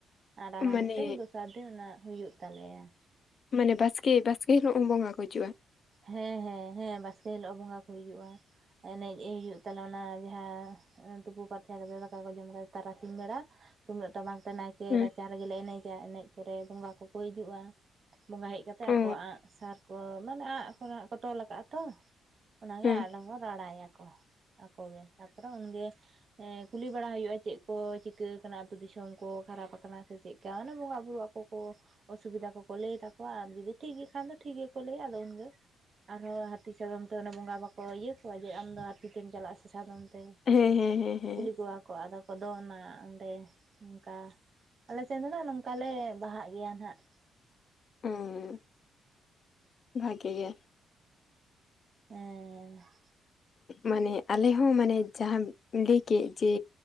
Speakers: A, on the right; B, on the left.
A: ᱟᱨ ᱨᱟᱲᱟ
B: ᱢᱟᱱᱮ
A: ᱢᱤᱫᱴᱟᱝ ᱫᱚᱥᱟᱨ ᱫᱤᱱ ᱚᱱᱟ ᱦᱩᱭᱩᱜ ᱛᱟᱞᱮᱭᱟ᱾
B: ᱢᱟᱱᱮ ᱵᱟᱥᱠᱮ ᱵᱟᱥᱠᱮ ᱦᱤᱞᱚᱜᱩᱢ ᱵᱚᱸᱜᱟ ᱠᱚ ᱦᱤᱡᱩᱜ ᱼᱟ᱾
A: ᱦᱮᱸ ᱦᱮᱸ ᱦᱮᱸ ᱵᱟᱥᱠᱮ ᱦᱤᱞᱳᱜ ᱵᱚᱸᱜᱟ ᱠᱚ ᱦᱤᱡᱩᱜᱼᱟ᱾ ᱮᱱᱮᱡ ᱦᱩᱭᱩᱜ ᱛᱟᱞᱮ ᱚᱱᱟ ᱡᱟᱦᱟᱸ ᱛᱩᱯᱩ ᱯᱟᱨᱪᱟ ᱠᱟᱛᱮ ᱫᱟᱠᱟ ᱠᱚ ᱡᱚᱢ ᱠᱟᱛᱮ ᱛᱟᱨᱟᱥᱤᱧ ᱵᱮᱲᱟ ᱛᱩᱢᱫᱟᱜ ᱴᱟᱢᱟᱠ ᱛᱮ ᱱᱟᱭᱠᱮ
B: ᱦᱮᱸ
A: ᱮ ᱨᱟᱪᱟ ᱨᱮᱜᱮᱞᱮ ᱮᱱᱮᱡᱟ ᱮᱱᱮᱡ ᱯᱚᱨᱮ ᱵᱚᱸᱜᱟ ᱠᱚᱠᱚ ᱦᱤᱡᱩᱜᱼᱟ ᱾ ᱵᱚᱸᱜᱟ ᱦᱮᱡ ᱠᱟᱛᱮᱜ ᱟᱠᱚᱣᱟᱜ
B: ᱚ
A: ᱟᱸᱜ ᱥᱟᱨ ᱠᱚ ᱢᱟᱱᱮ ᱟᱸᱜ ᱠᱷᱚᱱᱟᱜ ᱠᱚ ᱛᱚᱞ ᱠᱟᱜᱼᱟ ᱛᱚ ᱾ ᱚᱱᱟᱜᱮ
B: ᱦᱮᱸ
A: ᱟᱨᱦᱚᱸ ᱨᱟᱲᱟᱭᱟᱠᱚ ᱟᱠᱚᱜᱮ ᱛᱟᱯᱚᱨᱮ ᱩᱱᱜᱮ ᱮᱸᱻ ᱠᱩᱞᱤ ᱵᱟᱲᱟ ᱦᱩᱭᱩᱼᱟ ᱪᱮᱫ ᱠᱚ ᱪᱤᱠᱟᱹ ᱠᱟᱱᱟ ᱟᱛᱚ ᱫᱤᱥᱚᱢ ᱠᱚ ᱠᱷᱟᱨᱟᱯ ᱟᱠᱟᱱᱟ ᱥᱮ ᱪᱮᱫ ᱾ ᱜᱟᱣᱞᱟ ᱵᱚᱸᱜᱟ ᱵᱩᱨᱩ ᱟᱠᱚ ᱠᱚ ᱚᱥᱩᱵᱤᱫᱟ ᱠᱚᱠᱚ ᱞᱟᱹᱭ ᱛᱟᱠᱚᱣᱟ ᱟᱨ ᱡᱩᱫᱤ ᱴᱷᱤᱠ ᱜᱮ ᱠᱷᱟᱱ ᱫᱚ ᱴᱷᱤᱠ ᱜᱮᱠᱚ ᱞᱟᱹᱭᱟ᱾ ᱟᱫᱚ ᱩᱱᱜᱮ ᱟᱨᱦᱚᱸ ᱦᱟᱹᱛᱤ ᱥᱟᱫᱚᱢ ᱛᱮ ᱚᱱᱮ ᱵᱚᱸᱜᱟ ᱵᱟᱠᱚ ᱤᱭᱟᱹ ᱠᱚᱣᱟ, ᱡᱮ ᱟᱢᱫᱚ ᱦᱟᱹᱛᱤᱛᱮᱢ ᱪᱟᱞᱟᱜᱼᱟ ᱥᱮ ᱥᱟᱫᱚᱢ ᱛᱮ᱾
B: ᱦᱮᱸ ᱦᱮᱸ ᱦᱮᱸ ᱦᱮᱸ
A: ᱠᱩᱞᱤ ᱠᱚᱣᱟ ᱠᱚ ᱟᱫᱚ ᱠᱚ ᱚᱱᱟ ᱚᱸᱰᱮ ᱚᱱᱠᱟ ᱾ ᱟᱞᱮᱥᱮᱫ ᱫᱚ ᱱᱚᱝᱠᱟ ᱞᱮ ᱵᱟᱦᱟᱜ ᱜᱮᱭᱟ ᱱᱟᱦᱟᱜ
B: ᱦᱮᱸ ᱵᱷᱟᱜᱮ ᱜᱮ
A: ᱮ <inaudible>
B: ᱢᱟᱱᱮ ᱟᱞᱮ ᱦᱚᱸ ᱢᱟᱱᱮ ᱡᱟᱦᱟ ᱞᱟᱹᱭ ᱠᱮᱫ ᱡᱮ